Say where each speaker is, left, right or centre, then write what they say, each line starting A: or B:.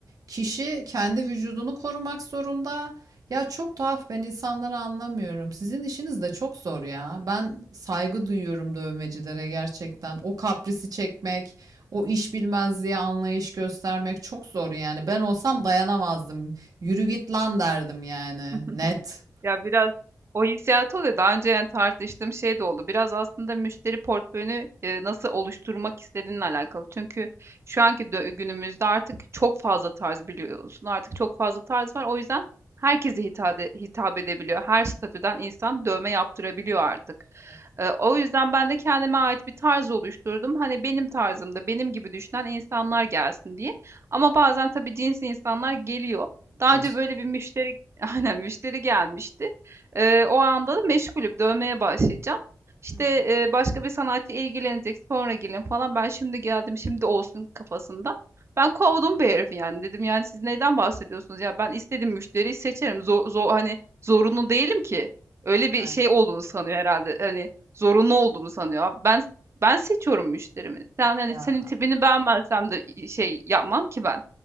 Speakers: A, on the right; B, on the right.
A: kişi kendi vücudunu korumak zorunda. Ya çok tuhaf ben insanları anlamıyorum. Sizin işiniz de çok zor ya. Ben saygı duyuyorum dövmecilere gerçekten. O kaprisi çekmek, o iş bilmezliğe anlayış göstermek çok zor yani. Ben olsam dayanamazdım. Yürü git lan derdim yani.
B: Hı.
A: Net.
B: Ya biraz o hissiyatı oluyor. Daha önce yani tartıştığım şey de oldu. Biraz aslında müşteri portföyünü e, nasıl oluşturmak istediğinle alakalı. Çünkü şu anki dö- günümüzde artık çok fazla tarz biliyorsun. Artık çok fazla tarz var. O yüzden herkese hitap, e, hitap edebiliyor. Her statüden insan dövme yaptırabiliyor artık.
A: Evet, evet.
B: E, o yüzden ben de kendime ait bir tarz oluşturdum. Hani benim tarzımda benim gibi düşünen insanlar gelsin diye. Ama bazen tabii cins insanlar geliyor.
A: Gelir.
B: Daha önce böyle bir müşteri Aynen müşteri gelmişti. Eee, o anda da meşgulüm. Dövmeye başlayacağım. İşte
A: Hı hı.
B: eee, başka bir sanatçı ilgilenecek sonra gelin falan. Ben şimdi geldim şimdi olsun kafasında. Ben kovdum bir herifi yani. Dedim yani siz neyden bahsediyorsunuz? Ya ben istediğim müşteriyi seçerim. Zor, zor, hani zorunlu değilim ki. Öyle bir
A: Aynen.
B: şey olduğunu sanıyor herhalde. Hani zorunlu olduğumu sanıyor. Abi Ben ben seçiyorum müşterimi. Sen hani
A: Ya,
B: senin tipini beğenmezsem de şey yapmam ki ben.